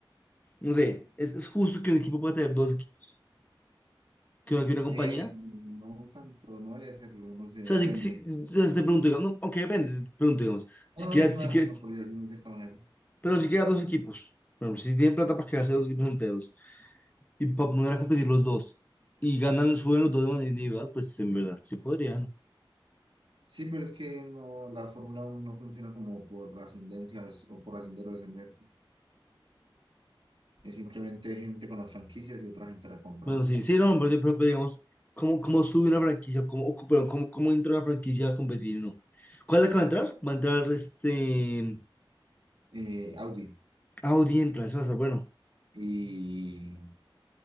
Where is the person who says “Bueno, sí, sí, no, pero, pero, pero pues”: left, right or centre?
Left